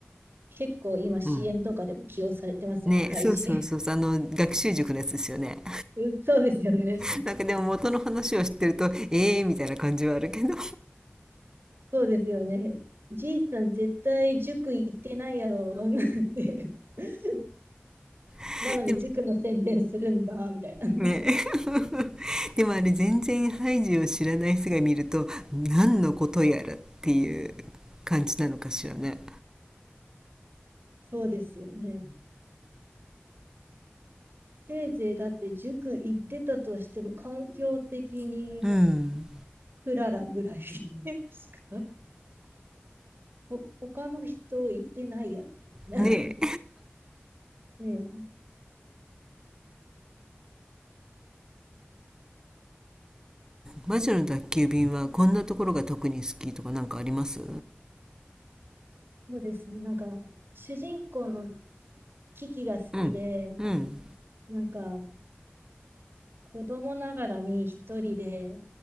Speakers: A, on the right (about 60°); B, on the right (about 15°).
A: 結構今 CM
B: うん。
A: とかでも起用されてますよね、
B: ね、
A: ハイジ。
B: そうそうそうそう、
A: <laughs>
B: あの、学習塾のやつですよね。
A: うんそうですよね。
B: <laughs> なんかでも元の話を知ってると、ええー、みたいな感じはあるけど、
A: そうですよね。じいさん絶対塾行ってないやろ <laughs> っていう。<laughs>
B: <laughs>
A: なのに塾の宣伝するんだ、
B: でも、
A: みたいな。
B: ね、<laughs> でもあれ全然ハイジを知らない人が見ると、何のことやらっていう感じなのかしらね。
A: そうですよね。せいぜいだって塾行ってたとしても環境的に
B: うん。
A: クララぐらいし <laughs> かほ他の人行ってないやろ。<laughs>
B: ね
A: ね
B: 魔女の宅急便はこんなところが特に好きとかなんかあります
A: そうですね。なんか、主人公のキキが好きで、
B: うん。うん。
A: なんか、子供ながらに一人で、